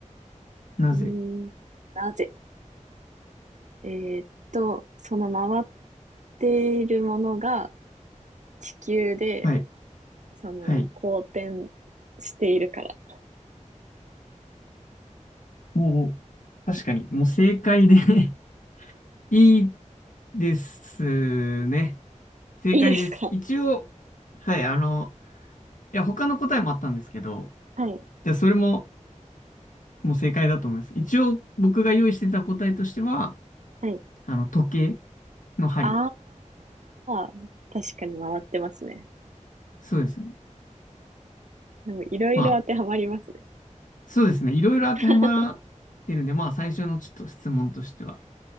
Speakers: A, on the left (about 85°); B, on the right (about 70°).
A: なぜ
B: うーん。なぜえーっと、その回っているものが地球で、
A: はい、
B: その、
A: はい。
B: 公転しているから。
A: もう、確かに、もう正解で <laughs> いいですね。正解です。
B: いいですか
A: 一応、はい、あの、いや、他の答えもあったんですけど、
B: はい。
A: じゃあそれももう正解だと思います。一応僕が用意してた答えとしては、
B: はい
A: あの、時計の針。
B: ああ、確かに回ってますね。
A: そうですね。
B: でもいろいろ当てはまりますね。
A: まあ、そうですね。いろいろ当てはまってるんで、
B: <laughs>
A: まあ最初のちょっと質問としては